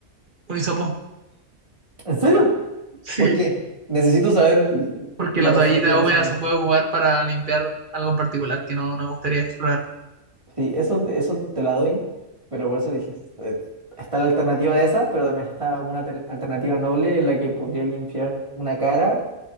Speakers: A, on the right; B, on the right.
A: Un hisopo.
B: ¿En serio?
A: Sí.
B: ¿Por qué? Necesito saber
A: porque
B: la
A: la
B: razón,
A: toallita
B: el razonamiento.
A: húmeda se puede ocupar para limpiar algo en particular que no, no me gustaría explorar.
B: Sí, eso, eso te la doy, pero por eso dije, est- eh, está la alternativa de esa, pero también está una tel- alternativa noble en la que podría limpiar una cara,